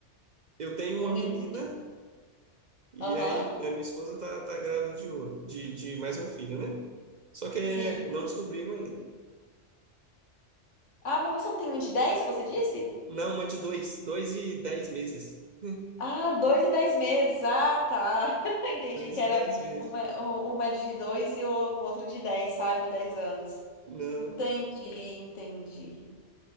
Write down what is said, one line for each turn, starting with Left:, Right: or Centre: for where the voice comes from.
Right: Eu tenho
Left: Um
Right: uma
Left: menino.
Right: menina e
Left: Aham.
Right: aí a minha esposa tá, tá grávida de outro, de, de mais um filho, né? Só que
Left: Sim.
Right: não descobrimos ainda.
Left: Ah, mas você não tem um de 10 que você disse?
Right: Não, uma de dois, dois e dez meses. <laughs>
Left: Ah, dois e dez meses. Ah, tá. <laughs> Entendi
Right: Dois
Left: que
Right: e
Left: era
Right: dez meses.
Left: uma, u- uma de dois e o outro de dez sabe? De 10 anos.
Right: Não.
Left: Entendi, entendi.